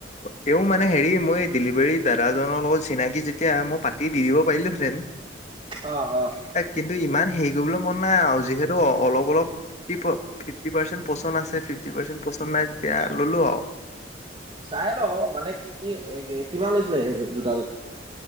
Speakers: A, on the left (about 40°); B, on the right (about 30°).
A: তেওঁ মানে হেৰি মই ডেলিভাৰীত দাদাজনৰ লগত চিনাকি যেতিয়া মই পাতি দি দিব পাৰিলো হেঁতেন।
B: অ', অ'।
A: কিন্তু ইমান হেৰি কৰিবলৈ মন নাই আৰু যিহেতু অলপ অলপ প ফিফটি পাৰ্চেণ্ট পচন্দ আছে ফিফটি পাৰ্চেণ্ট পচন্দ নাই তেতিয়া ল'লো আৰু
B: চাই ল', মানে কি কিমান লৈছিলে সেইযোৰ জোতাযোৰ?